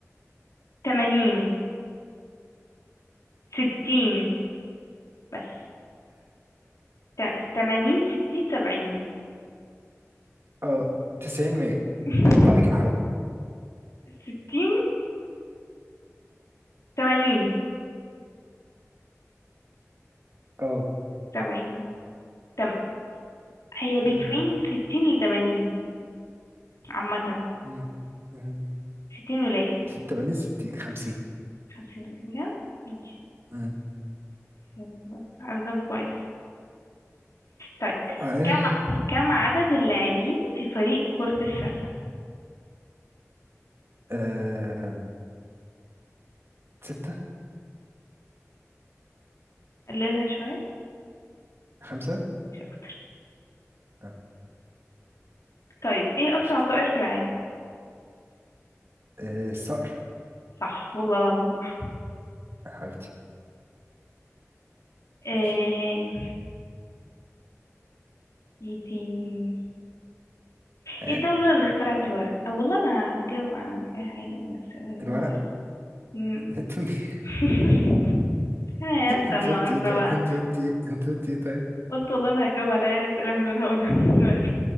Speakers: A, on the left; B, on the right.
A: تمانين ستين بس تا- تمانين ستين سبعين
B: اه 90 100
A: <laughs>
B: نط عليك الحرامية
A: ستين تمانين
B: اه
A: سبعين تم هي بتوين
B: امم
A: ستين لتمانين عامة
B: امم امم
A: ستين ولاية
B: 80 60 50
A: خمسين ولاية بجد ماشي
B: امم
A: يلا، عددهم كويس طيب
B: ايوه
A: كم
B: <laughs>
A: كم عدد اللاعبين في فريق كرة السلة
B: آه. ستة
A: قللها شوية
B: خمسة
A: شاطر
B: اه
A: طيب ايه أسرع
B: قشطة
A: طائر في العالم
B: آه. الصقر
A: صح والله العظيم صح
B: آه، حبيبتي
A: ايه
B: ماشي
A: ايه تاني؟
B: آه.
A: إيه الدولة اللي اخترعت الورق أو والله ما هتجاوب على أي حاجة من الأسئلة اللي
B: الورق
A: أنا هقولها مم.
B: <laughs>
A: <laughs> يا أنت
B: انت
A: النهاردة
B: قلت ايه طيب؟
A: بقى
B: انت قلت ايه انت قلت ايه طيب
A: قلت والله ما هتجاوب على أي أسئلة من اللي أنا هقولها دلوقتي